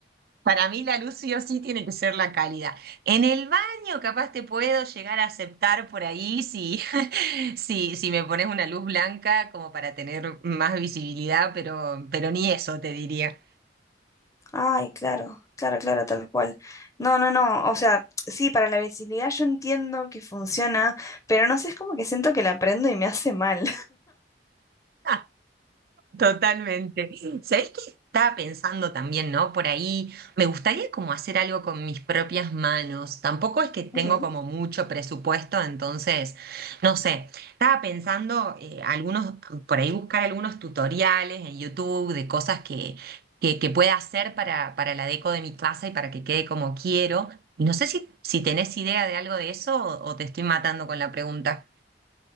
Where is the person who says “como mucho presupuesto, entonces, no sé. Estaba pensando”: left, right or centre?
Right